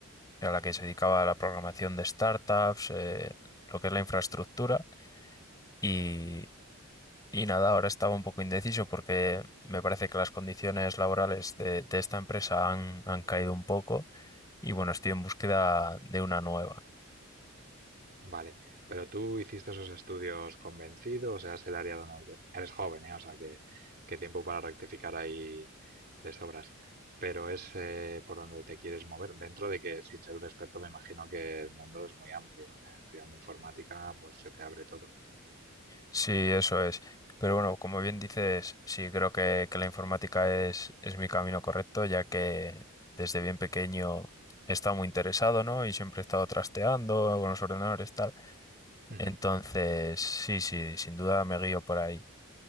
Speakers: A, on the left (about 15°); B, on the right (about 45°).
A: a la que se dedicaba a la programación de startups, eh, lo que es la infraestructura. Y, y nada, ahora estaba un poco indeciso porque me parece que las condiciones laborales de, de esta empresa han, han caído un poco y bueno, estoy en búsqueda de una nueva.
B: Vale, pero tú hiciste esos estudios convencido, o sea, es el área donde eres joven, ¿eh? O sea, que, que tiempo para rectificar ahí de sobras. Pero es eh, por donde te quieres mover, dentro de que sin ser un experto me imagino que el mundo es muy amplio. eh, Estudiando informática, pues se te abre todo.
A: Sí, eso es. Pero bueno, como bien dices, sí, creo que, que la informática es, es mi camino correcto, ya que desde bien pequeño he estado muy interesado, ¿no? Y siempre he estado trasteando con los ordenadores, tal.
B: Ujú,
A: Entonces, sí, sí, sin duda me guío por ahí.